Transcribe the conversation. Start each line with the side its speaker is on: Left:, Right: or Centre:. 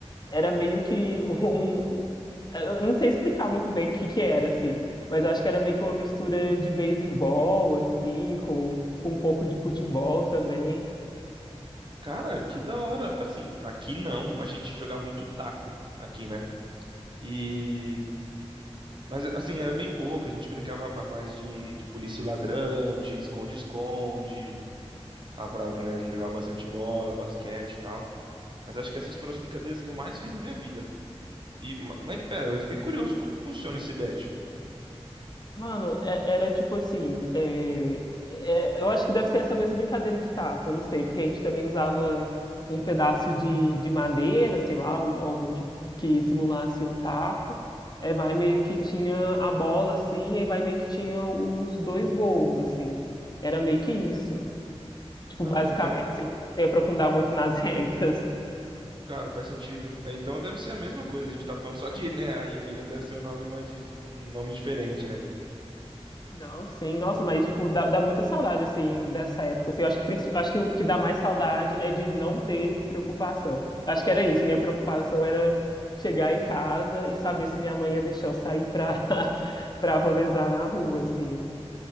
Left: era meio que <laughs> um, um- Eu não sei explicar muito bem o que que era, assim. Mas eu acho que era meio que uma mistura de beisebol, assim, com, com um pouco de futebol também.
Right: Cara, que da hora. Assim, aqui não, a gente jogava muito taco aqui, né? E. Mas assim, era bem pouco. A gente brincava ma- mais de, de polícia e ladrão, de esconde-esconde, a própria, né? A gente jogava bastante bola, basquete e tal. Mas acho que essas foram as brincadeiras que eu mais fiz na minha vida. E, ma- mas pera, eu fiquei curioso, como que funciona esse bet?
Left: Mano, é- era tipo assim. é, é, eu acho que deve ser essa mesma brincadeira de taco, eu não sei, porque a gente também usava um pedaço de, de madeira, sei lá, al- algo que, que simulasse um taco. É, vai meio que tinha a bola, assim, e vai meio que tinha os dois gols, assim. Era meio que isso. Tipo,
Right: Ah,
Left: basicamente,
Right: então,
Left: sem, sem aprofundar muito nas <laughs> regras.
Right: cara, faz sentido. É, Então deve ser a mesma coisa, a gente tá falando, só que, né, aí em Minas deve ser um nome mais, di- um nome diferente, né?
Left: Não, sim, nossa, mas tipo, dá, dá muita saudade assim dessa época. Assim, eu acho que princi- acho que o que dá mais saudade é de não ter preocupação. Eu acho que era isso, minha preocupação era chegar em casa e saber se minha mãe ia deixar eu sair pra <laughs> para rolezar na rua assim.